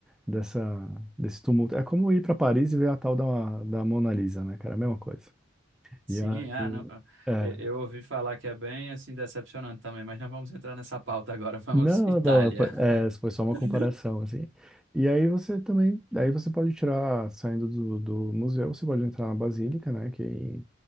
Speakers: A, in the centre; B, on the right (about 65°).
A: dessa, desse tumulto. É como ir para Paris e ver a tal da, da Mona Lisa, né, cara? É A mesma coisa.
B: Sim,
A: E aí,
B: ah, não,
A: é,
B: eu eu ouvi falar que é bem assim decepcionante também, mas não vamos entrar nessa pauta agora, vamos
A: não,
B: Itália.
A: não, foi é, foi só uma
B: <laughs>
A: comparação, assim. E aí você também, aí você pode tirar, saindo do, do museu, você pode entrar na Basílica, né, que